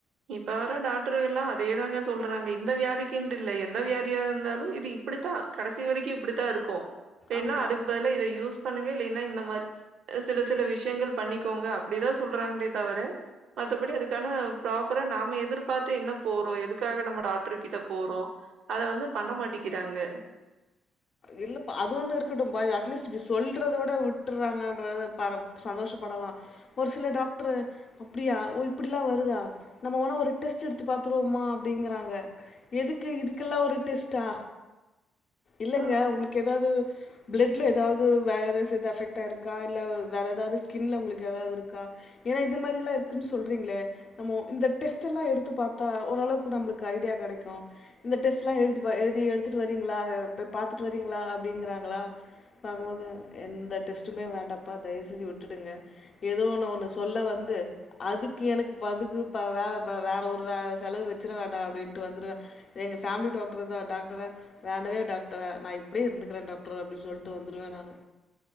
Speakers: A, on the right; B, on the left.
A: இப்ப வர டாக்டரு எல்லா அதேதாங்க சொல்றாங்க இந்த வியாதிக்கின்ட் இல்ல எந்த வியாதியா இருந்தாலு இது இப்டித்தா கடைசி வரைக்கு இப்டித்தா இருக்கு இப்ப
B: ஆமா
A: என்னா அதுக்கு பதுலா இத யூஸ் பண்ணுங்க இல்லைனா இந்த மார் சில சில விஷயங்கள் பண்ணிக்கோங்க அப்டீதா சொல்றாங்ளே தவர மத்தபடி அதுக்கான ப்ராப்பரா நாம எதிர்பார்த்து என்ன போறோ எதுக்காக நம்ம டாக்ருகிட்ட போறோ அத வந்து பண்ண மாட்டிக்கிறாங்க
B: இல்லப்ப அது ஒண்ணு இருக்கட்டும் பா இது அட்லீஸ் டிஸ் சொல்றத விட விட்டுர்றாங்கன்றத பர சந்தோஷப்படலா ஒரு சில டாக்ட்ரு அப்டியா ஓ இப்பிட்லா வருதா நம்மவோனா ஒரு டெஸ்ட் எடுத்து பாத்துருவோமா அப்டிங்குறாங்க எதுக்கு இதுக்கெல்லா ஒரு டெஸ்டா இல்லங்க
A: ஆ
B: உங்களுக் எதாவது பிளட்ல ஏதாவது வைரஸ் எது அஃபெக்டாய்ருக்கா இல்ல வேற எதாவது ஸ்கின்ல உங்களுக்கு ஏதாவது இருக்கா ஏனா இந்த மாரிலா இருக்குன் சொல்றிங்ளே நமொ இந்த டெஸ்ட்டெல்லாம் எடுத்து பாத்தா ஓளவுக்கு நம்ளுக்கு ஐடியா கெடைக்கு இந்த டெஸ்ட்லா எடுத்துப்பா எழுதி எடுத்துட்டு வரிங்ளா அ வெப் பாத்துட்டு வரீங்ளா அப்டிங்குறாங்களா பாக்கும்போது எந்த டெஸ்ட்டுமே வேண்டாப்பா தயவு செஞ்சு விட்டுடுங்க ஏதோ ஒன்னு ஒன்னு சொல்ல வந்து அதுக்கு எனக்கு பதுக்கு ப வே வேற ஒரு வே செலவு வெச்சிட வேண்டா அப்டின்ட்டு வந்துருவே எங்க ஃபேம்லி டாக்டரு தா டாக்டர வேண்டவே டாக்டர் ல நா இப்டியே இருந்துக்றே டாக்டரு அப்டின் சொல்லிட்டு வந்துருவே நானு